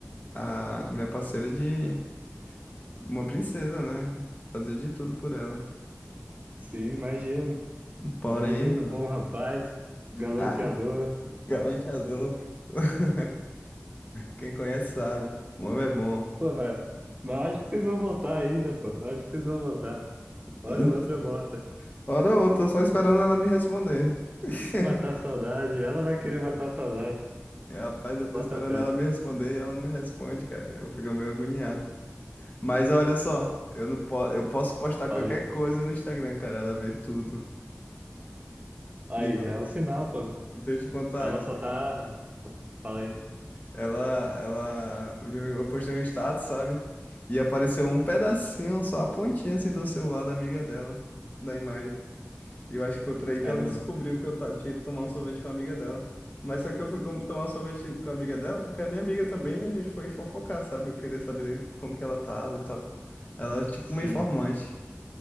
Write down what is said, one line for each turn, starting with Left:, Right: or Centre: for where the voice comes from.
Left: a, a minha parceira de uma princesa, né? Fazia de tudo por ela.
Right: Sim, imagino.
Left: Porém.
Right: Imagino, bom rapaz, galanteador.
Left: Ah, Galante Azul. <laughs> Quem conhece sabe. o homem é bom.
Right: Pô, mas, mas acho que vocês vão voltar ainda, pô. Acho que vocês vão voltar. Hora
Left: Hum,
Right: ou outra volta.
Left: Hora ou outra, eu tô só esperando ela me responder. <laughs>
Right: Matar a saudade. Ela vai querer matar a saudade.
Left: E, Rapaz, eu tô
Right: Bota
Left: esperando
Right: fé.
Left: ela me responder e ela não responde, cara. Eu fico meio agoniado. Mas olha só, eu não po eu posso postar
Right: Falei.
Left: qualquer coisa no Instagram, cara. Ela vê tudo.
Right: Aí
Left: Inclu-
Right: já é um sinal, pô.
Left: e se eu te contar.
Right: Ela só tá. Falei.
Left: Ela, ela viu, eu postei um status, sabe? E apareceu um pedacinho, só a pontinha assim do celular da amiga dela, da imagem. E eu acho que foi por aí que
Right: É
Left: ela
Right: mesmo.
Left: descobriu que eu ta- tinha ido tomar um sorvete com a amiga dela. Mas só que eu fui com- tomar um sorvete com a amiga dela, porque a minha amiga também, a gente foi fofocar, sabe? Eu queria saber como que ela tava e tal. Ela é tipo
Right: Sim.
Left: uma informante.